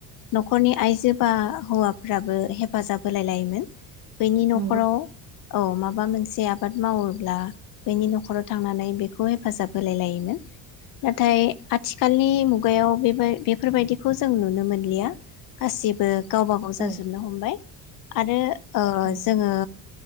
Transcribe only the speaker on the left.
नखरनि आइजो बा हौवाफ्राबो हेफाजाब होलाय लायोमोन। बैनि नखराव
औ माबा माबा मोनसे आबाद मावोब्ला बैनि नखराव थांनानै बेखौ हेफाजाब होलाय लायोमोन नाथाय आथिखालनि मुगायाव बे बे बेफोर बायदिखौ जों नुनो मोनलिया। गासिबो गावबा गाव जाजोबनो
हमबाय आरो ओ
जोङो